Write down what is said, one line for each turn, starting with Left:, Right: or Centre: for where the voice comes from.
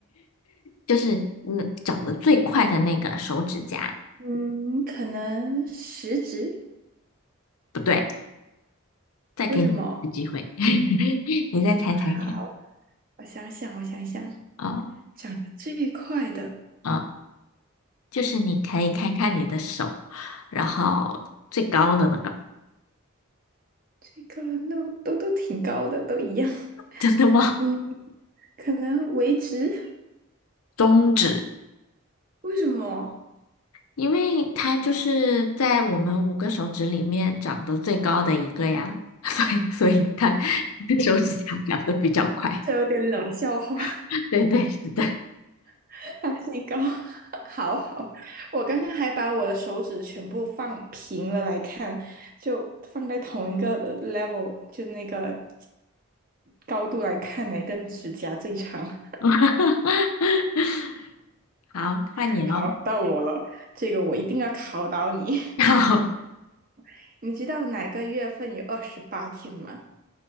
Left: 就是嗯，长得最快的那个手指甲。
Right: <laughs> 嗯，可能食指，
Left: 不对，再给你一次机会，
Right: 为什么？
Left: <laughs> 你再猜猜看。
Right: 好，我想想，我想想。
Left: 啊、
Right: 长得最快的，
Left: 啊、就是你可以看看你的手，然后最高的那个，
Right: 最高的那都都挺高的，都一样 <laughs>。
Left: 真的吗？
Right: 嗯，可能维持，
Left: 中指，
Right: 为什么？
Left: 因为它就是在我们五个手指里面长得最高的一个呀，<laughs> 所以所以它 <laughs> 手指甲长得比较快。
Right: 这有点冷笑话，
Left: <laughs> 对对，是的。
Right: <laughs> 它最高。<laughs> 好好，我刚刚还把我的手指全部放平了来看，就放在同一个呃 level，就那个高度来看，哪根指甲最长？
Left: <laughs> 好，
Right: <laughs>
Left: 换你喽。
Right: 好，到我了，这个我一定要考倒你。
Left: <laughs> 好，
Right: <laughs> 你知道哪个月份有二十八天吗？